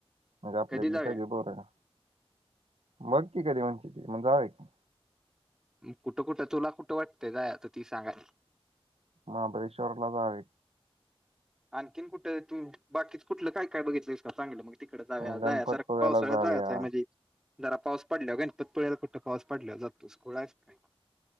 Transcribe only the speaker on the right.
म्हणजे आपल्यातली
सगळी बोलायला. बघ की कधी म्हणशील ते मग जाऊया की.
महाबळेश्वरला जाऊया
की
गणपतपुळ्याला
जाऊया